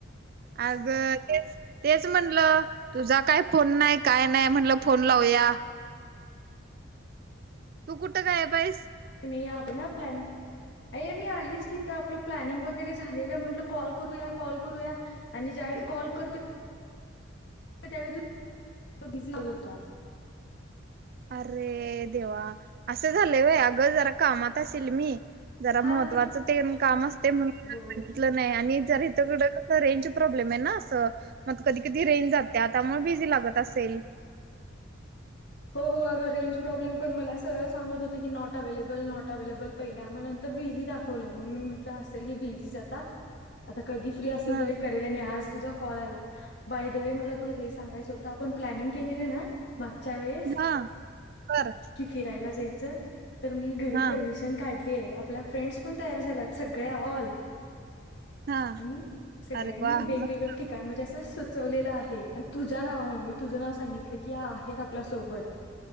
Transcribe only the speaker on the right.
आग तेच तेच म्हणलं तुझा काय फोन नाय काय नाय म्हणलं फोन लावया. तू कुठं गायब हाईस?
अरे देवा असं झालंय व्हय अगं जरा कामात असेल मी. जरा महत्त्वाचं
तेन कामं असतयं म्हणून
तलं नाय आणि जर इथकडं कसं रेंजच प्रॉब्लेम आय ना असं. म आता कधी कधी रेंज जातिया त्यामुळ बिझी लागत असेल.
<inaudible>
हा
हा बर
हा
हा
अरे वा
मस्त.